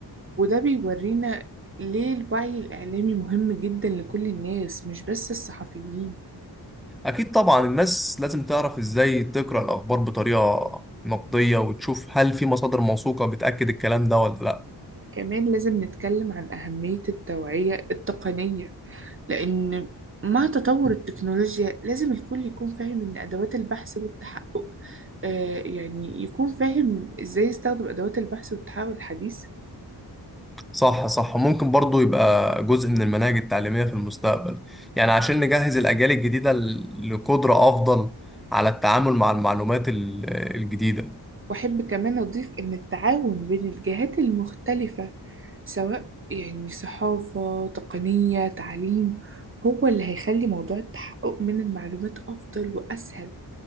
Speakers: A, on the right; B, in the centre.
A: وده بيورينا ليه الوعي الإعلامي مهم جدا لكل الناس مش بس الصحفيين
B: أكيد طبعا الناس لازم تعرف إزاي تقرأ الأخبار بطريقة نقدية وتشوف هل في مصادر موثوقة بتأكد الكلام ده ولا لأ
A: كمان لازم نتكلم عن أهمية التوعية التقنية لأن مع تطور التكنولوجيا لازم الكل يكون فاهم إن أدوات البحث والتحقق آه يعني يكون فاهم إزاي يستخدم أدوات البحث والتحقق الحديث
B: صح صح ممكن برضو يبقى جزء من المناهج التعليمية في المستقبل يعني عشان نجهز الأجيال الجديدة ل- لقدرة أفضل على التعامل مع المعلومات ال- الجديدة
A: وأحب كمان أضيف إن التعاون بين الجهات المختلفة سواء يعني صحافة تقنية تعليم هو اللي هيخلي موضوع التحقق من المعلومات أفضل وأسهل